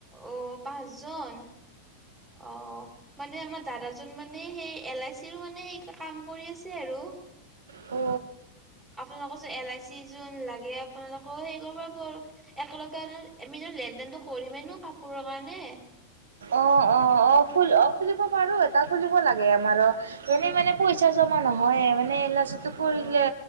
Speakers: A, on the right (about 15°); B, on the right (about 65°).
A: অ পাঁচজন? অ মানে আমাৰ দাদা জ জন মানে সেই এল আই চি ৰো মানে সেই কাম কৰি আছে আৰু।
B: অ
A: আপোনালোকৰ যে এল আই চি যোন লাগে আপোনালোকৰ হেৰি কৰিব প আৰু একেলগে আমি লেন দেনটো কৰিমেই নহ কাপোৰৰ কাৰণে।
B: অ অ অ খু অ খুলিব পাৰো এটা খুলিব লাগে। আমাৰ এনেই মানে পইচা জমা ন হয় মানে এ যি কৰিলে
A: অ।